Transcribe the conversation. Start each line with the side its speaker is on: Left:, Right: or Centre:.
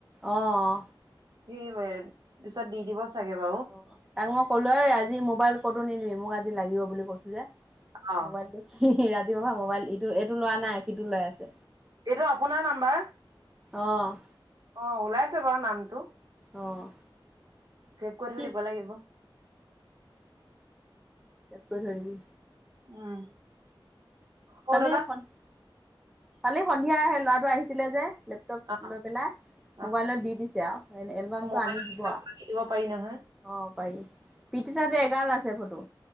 Centre: অ',
Right: সেই পিছত দি দিব চাগে বাৰু
Centre: অ' তাক মই ক'লো এ, আজি মোবাইল ক'তো নিদিবি, মোক আজি লাগিব বুলি কৈছোঁ যে।
Right: অ
Centre: মোবাইলটো, ৰাতিপুৱা পৰা মোবাইল ইটো এইটো লোৱা নাই সিটো লৈ আছে।
Right: এইটো আপোনাৰ নাম্বাৰ?
Centre: অ'।
Right: অ' ওলাইছে বাৰু নামটো।
Centre: অ'।
Right: চেভ কৰি
Centre: কি
Right: থৈ দিব লাগিব।
Centre: চেফ কৰি থৈ দিবি।
Right: উম। সৰু
Centre: কালি সন কলি সন্ধিয়া হেই ল'ৰাটো আহিছিলে যে লেপটপটো
Right: দাদা অ
Centre: লৈ পেলাই,
Right: অ',
Centre: মোবাইলত দি দিছে আৰু। এ, এলবামটো
Right: মোবাইলত
Centre: আনি দিব
Right: লেপটপৰ
Centre: আৰু।
Right: পৰা দি দিব পাৰি নহয়,
Centre: অ' পাৰি। প্ৰিতিৰ তাত এগাল আছে ফটো।